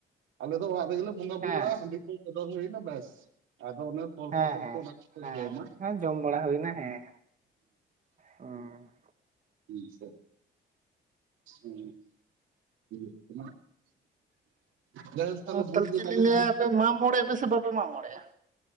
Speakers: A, on the right; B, on the right.
A: ᱟᱞᱮ ᱫᱚ ᱚᱲᱟᱜ ᱨᱮᱜᱮᱞᱮ ᱵᱚᱸᱜᱟ
B: ᱦᱮᱸ
A: ᱵᱩᱨᱩᱜᱼᱟ ᱦᱟᱺᱰᱤ ᱠᱚ ᱪᱚᱰᱚᱨ ᱦᱩᱭᱱᱟ ᱵᱮᱥ ᱟᱫᱚ ᱚᱱᱮ ᱯᱚᱞ
B: ᱦᱮᱸ
A: ᱯᱟᱠᱚᱲ
B: ᱦᱮᱸ
A: ᱠᱚ ᱚᱱᱟ ᱠᱚᱞᱮ
B: ᱦᱮᱸ
A: ᱡᱚᱢᱟ
B: ᱦᱮᱸ ᱡᱚᱢ ᱵᱟᱲᱟ ᱦᱩᱭᱱᱟ ᱦᱮᱸ ᱦᱩᱸ
A: ᱦᱮ ᱥᱮ ᱦᱮᱸ ᱵᱩᱡᱷᱚᱜ ᱠᱟᱱᱟ ᱵᱮᱥ
B: ᱦᱮᱸ
A: ᱛᱟᱦᱚᱞᱮ ᱵᱩᱡᱽ ᱫᱚ
B: ᱪᱮᱫ
A: ᱵᱟᱞᱤᱧ
B: ᱞᱤᱧ ᱞᱟᱹᱭᱟ
A: ᱵᱩᱡᱽ
B: ᱟᱯᱮ
A: ᱮᱫᱟ
B: <unintelligible> ᱵᱟᱯᱮ ᱢᱟᱜᱸᱢᱚᱲᱮᱜ -ᱟ